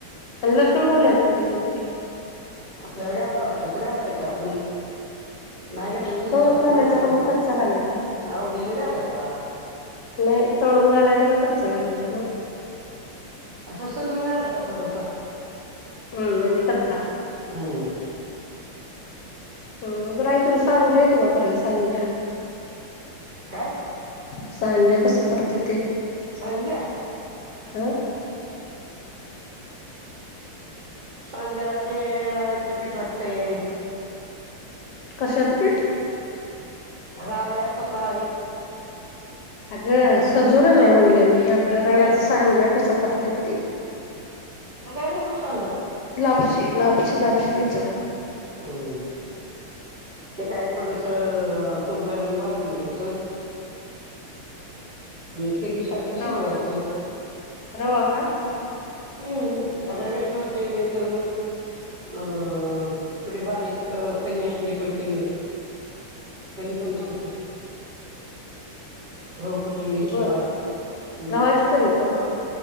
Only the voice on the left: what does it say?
अन लसूण घालायची का त्याच्यामध्ये.
हं
तळून
घालायचं
का मग कच्चा घालायचा
नाही तळून घालायचं का कच्चा घालायचा मग.
हम्म म्हणजे कच्चा.
हम्म बरं आई तुला सांज्या येतो का कराला सांज्या.
सांजा कसा करते तेे.
ह.
कशाचं पीठ
अगं सजूर नाही म्हणलं मी आपल्या रव्याच
सांज्या कसं करते ते.
पशी, लापशी, लापशी विचारालो.
रवा
का रवा का
<inaudible>
बर
गव्हाची कणी का मग